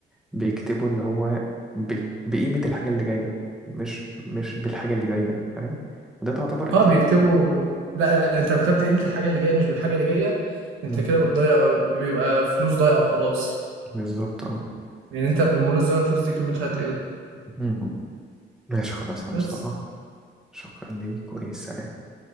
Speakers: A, in the centre; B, on the right.
A: بيكتبوا اللي هو بي بقيمة الحاجة اللي جاية مش مش بالحاجة اللي جاية فاهم وده تعتبر اللي
B: اه بيكتبوا
A: هي
B: لا انت لو كتبت قيمة الحاجة اللي جاية مش بالحاجة اللي جاية انت
A: مم.
B: كده بتضيع بيبقى فلوس ضايعة وخلاص
A: بالظبط اه
B: لان انت بمرور الزمن الفلوس دي قيمتها هتقل
A: مم. ماشي خلاص يا مصطفى
B: بس
A: شكرا ليك وسلام